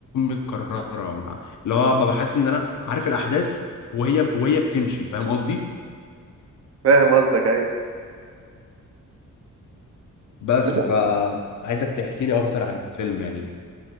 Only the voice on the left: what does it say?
متكرره مع اللي هو ببقى حاسس ان انا عارف الاحداث وهي وهي بتمشي فاهم قصدي
بس
فعايزك تحكي لي اكتر عن الفيلم يعني